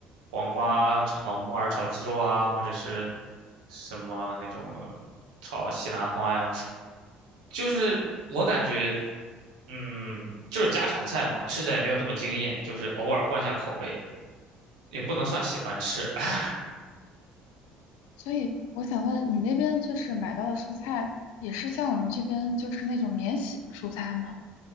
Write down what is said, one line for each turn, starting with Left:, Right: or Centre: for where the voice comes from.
Right: 黄瓜炒木耳炒鸡肉啊，
Left: 嗯。
Right: 或者是什么那种炒西兰花呀，就是我感觉，嗯，就是家常菜嘛，吃起来也没有那么惊艳，就是偶尔换一下口味，也不能算喜欢吃。<laughs>
Left: 所以我想问你那边就是买到的蔬菜也是像我们这边就是那种免洗的蔬菜吗？